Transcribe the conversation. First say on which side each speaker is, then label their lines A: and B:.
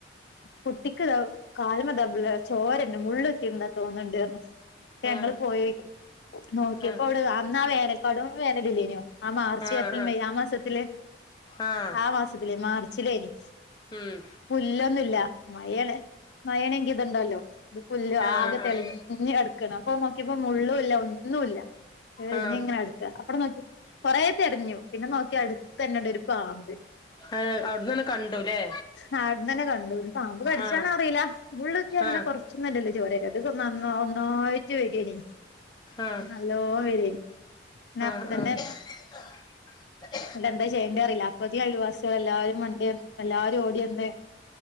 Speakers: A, on the left; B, on the left.
A: കുട്ടിക്ക്താ കാല്മേ താ ബ്ല ചോര ര്ന്ന് മുള്ളുത്തി തോന്നുന്നുണ്ടാർ ന്നു
B: ആഹ്
A: ങ്ങൾ പോയി. നോക്കിയപ്പോ
B: ആഹ്
A: അവിടെ അന്നാ വേനൽ കടും വേനലില്ലേനിയോ ആ മാർച്ച്,
B: ആഹ്
A: ഏപ്രിൽ, മെയ് ആ മാസത്തില്
B: ആഹ് ആഹ്
A: ആ മാസത്തില് മാർച്ചിലേനി
B: ഉം
A: പുല്ലൊന്നുല്ല മയെണ്. മയേനെങ്കി ഇത്ണ്ടല്ലോ ഇത് പുല്ല്
B: ആഹ്
A: ആകെ തെളിഞ്ഞ്
B: ആഹ്
A: കട് <unintelligible> അപ്പൊ ഞാൻ നോക്കിയപ്പോ മുള്ളുംല്ല ഒന്നുല്ല
B: ആഹ്
A: ഇങ്ങനെ അട് അപ്പടെ നോക്കി കൊറേ തെരിഞ്ഞു പിന്നെ നോക്കിയ അടുത്ത തന്നെണ്ട് ഒരു പാമ്പ്.
B: ഏഹ് അവിട്ന്നന്നെ കണ്ടുല്ലേ
A: നാട്ന്ന് തന്നെ കണ്ടു. പാമ്പ് കടിചാണോന്ന്
B: ആഹ്
A: അറിയില്ല മുള്ളുത്തിയ അങ്ങനെ
B: ആഹ്
A: കൊറ്ച് തിന്നിട്ട് അല്ലെ ചോര വെരാ ഒന്നായ്റ്റ് വെരേനി
B: ആഹ്
A: നല്ലോ വെരേനി പിന്നെ
B: ആഹ്
A: അപ്പ തന്നെ
B: ആഹ് <inaudible>
A: എന്നിട്ട് എന്താ ചെയ്യേണ്ടി അറിയില്ല അപ്പഴ്ത്തി അഴിൽവാസികൾ എല്ലാരും വണ്ടി എല്ലാരും ഓടിയന്ന്